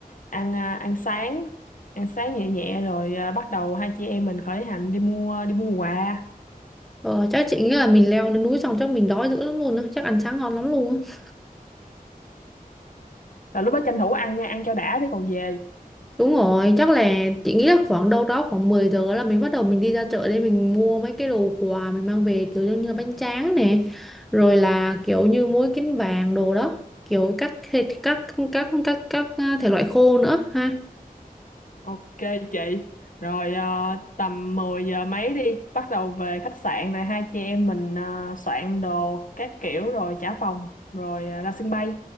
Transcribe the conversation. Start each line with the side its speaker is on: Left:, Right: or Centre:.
Left: ăn ờ, ăn sáng ăn sáng nhẹ nhẹ rồi ờ, bắt đầu hai chị em mình khởi hành đi mua đi mua quà
Centre: Ờ, chắc chị nghĩ là mình leo lên núi xong chắc mình đói dữ lắm luôn á, chắc ăn sáng ngon lắm luôn á.
Left: là lúc đó tranh thủ ăn nha ăn cho đã để còn về
Centre: Đúng rồi, chắc là chị nghĩ là khoảng đâu đó khoảng 10 giờ là mình bắt đầu mình đi ra chợ để mình mua mấy cái đồ quà mình mang về kiểu như là bánh tráng nè, rồi là kiểu như muối kiến vàng đồ đó, kiểu các thịt các các các các, các thể loại khô nữa ha.
Left: ok chị rồi ờ, tầm 10 giờ mấy đi bắt đầu về khách sạn rồi hai chị em mình ờ, soạn đồ các kiểu rồi trả phòng rồi ờ, ra sân bay